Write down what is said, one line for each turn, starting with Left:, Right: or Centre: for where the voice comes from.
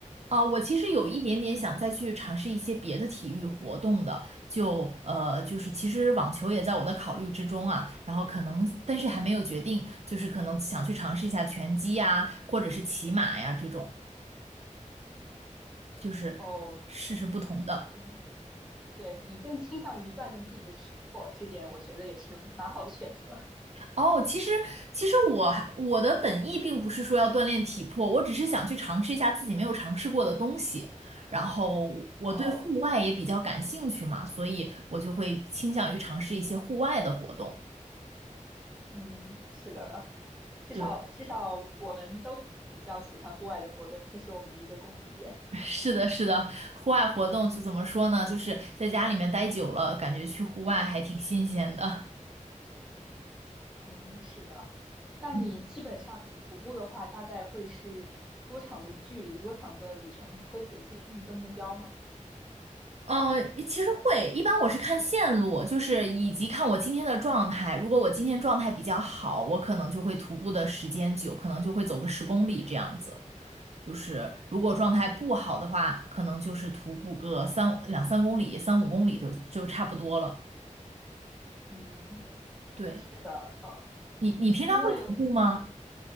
Right: 啊，我其实有一点点想再去尝试一些别的体育活动的，就呃，就是其实网球也在我的考虑之中啊，然后可能，但是还没有决定，就是可能想去尝试一下拳击呀，或者是骑马呀这种，就是试试不同的。
Centre: 哦，嗯，嗯，对，你更倾向于锻炼自己的体魄，这点我觉得也是蛮好的选择。
Right: 哦，其实其实我还我的本意并不是说要锻炼体魄，我只是想去尝试一下自己没有尝试过的东西。然后我对户外也比较感兴趣嘛，
Centre: 哦，
Right: 所以我就会倾向于尝试一些户外的活动。
Centre: 嗯，是的，至少至少我们都比较喜欢户外的活动，
Right: 对，
Centre: 这是我们的一个共同点。
Right: <laughs> 是的，是的，户外活动就怎么说呢？就是在家里面待久了，感觉去户外还挺新鲜的。
Centre: 嗯，是的。那你基本上你徒步的话，
Right: 嗯。
Centre: 大概会是多长的距离，多长的旅程？你会给自己定一个目标吗？
Right: 呃，其实会，一般我是看线路，就是以及看我今天的状态。如果我今天状态比较好，我可能就会徒步的时间久，可能就会走个十公里这样子。就是如果状态不好的话，
Centre: 嗯
Right: 可能就是徒步个三两三公里、三五公里就就差不多了。
Centre: 嗯，
Right: 对，
Centre: 是的，呃，
Right: 你，你平常会徒步吗？
Centre: 因为